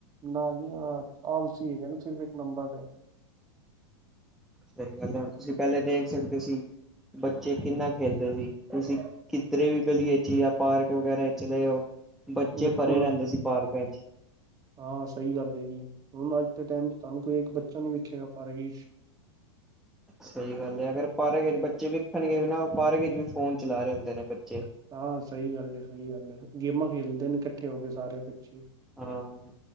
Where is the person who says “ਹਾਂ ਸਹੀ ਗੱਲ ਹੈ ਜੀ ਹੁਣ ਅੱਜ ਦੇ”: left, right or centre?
Right